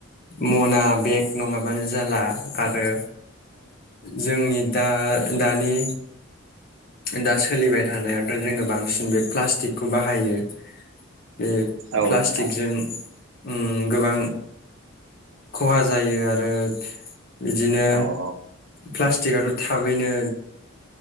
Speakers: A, on the left; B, on the right.
A: मना बेग नङाबानो जाला आरो जोंनि दा दानि दा सोलिबाय थानायावथ' जोङो बांसिन बे प्लास्टिकखौ बाहायो बे
B: औ
A: प्लास्टिकजों
B: नोंथां
A: उम गोबां खहा जायो आरो बिदिनो
B: औ औ
A: प्लास्टिकआथ' थाबैनो